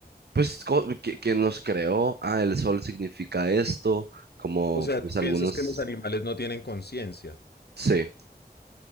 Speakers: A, on the right (about 85°); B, on the left (about 80°).
A: Pues co- que, que nos creó, ah, el sol significa esto, como
B: O sea,
A: pues
B: ¿tú
A: algunos,
B: piensas que los animales no tienen conciencia?
A: sí,